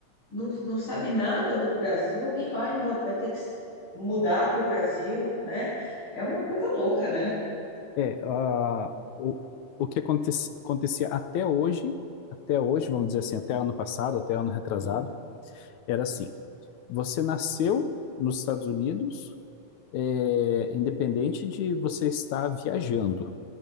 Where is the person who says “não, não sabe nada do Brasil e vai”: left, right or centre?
Left